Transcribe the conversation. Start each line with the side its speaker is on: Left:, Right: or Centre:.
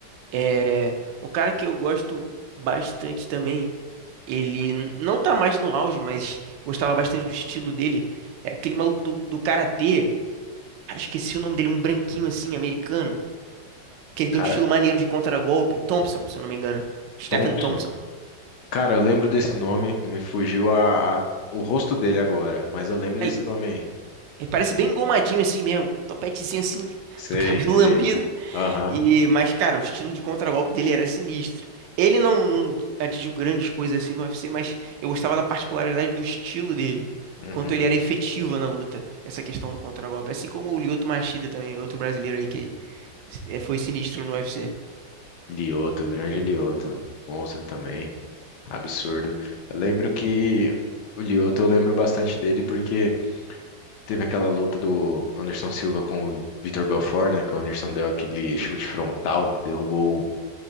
Right: É, um cara que eu gosto bastante também, ele n- não tá mais no auge, mas gostava bastante do estilo dele. É aquele maluco do, do karatê, cara, esqueci o nome dele, um branquinho assim, americano, que ele
Left: Cara,
Right: tem um estilo maneiro de contragolpe. Thompson, se eu não me engano. Stephen
Left: Thompson.
Right: Thompson.
Left: Cara, eu lembro desse nome, me fugiu a, a- o rosto dele agora, mas eu lembro
Right: Ele,
Left: desse nome aí.
Right: ele parece bem engomadinho assim mesmo, topetezinho assim, <laughs>
Left: Sei,
Right: do cabelo
Left: sei.
Right: lambido.
Left: Aham,
Right: E, mas, cara, o estilo de contragolpe dele era sinistro. Ele não, não atingiu grandes coisas assim no UFC, mas eu gostava da particularidade do estilo dele.
Left: uhum.
Right: Quanto ele era efetivo na luta, essa questão do contragolpe. Assim como o Lyoto Machida também, outro brasileiro aí que eh, foi sinistro no UFC.
Left: Lioto, grande Lioto. Monstro também. Absurdo. Eu lembro que o Lioto, eu lembro bastante dele porque. Teve aquela luta do Anderson Silva com o Vitor Belfort, né? Que o Anderson deu aquele chute frontal que derrubou